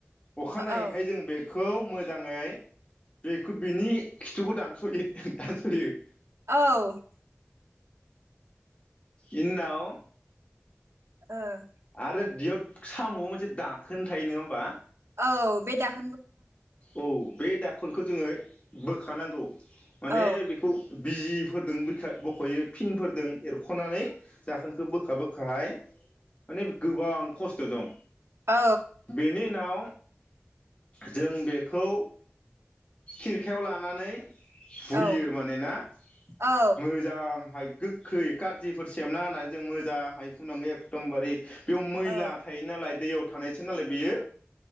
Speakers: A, on the left; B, on the right.
A: अखानायैहाय
B: औ
A: जों बे बेखौ मोजाङै बेखो बिनि खिथुखौ दानस'यो दानस'यो ।
B: औ ।
A: इनि उनाव
B: ओ ।
A: आरो बियो साम'आव मोनसे दाखोन थायो नङा होमबा?
B: औ बे दाख
A: औ बे दाखोलखौ जोङो बोख थानांगौ । माने
B: औ
A: बेखौ बिजिफोरजों बख'यो, फिनफोरजों एरख'नानै दाखोनखौ बोखा-बोखाहाय माने गोबां खस्थ' दं।
B: औ
A: बेनि उनाव जों बेखौ खेरखायाव लानानै हुयो
B: औ
A: मानोना
B: औ
A: मोजांहाइ गोखै कारजिफोर सेबना होनानै जों मोजाङै फुनांगौ एखदमबारे बेयाव मैला
B: औ
A: थायो नालाय दैयाव थानायसो नालाय बेयो।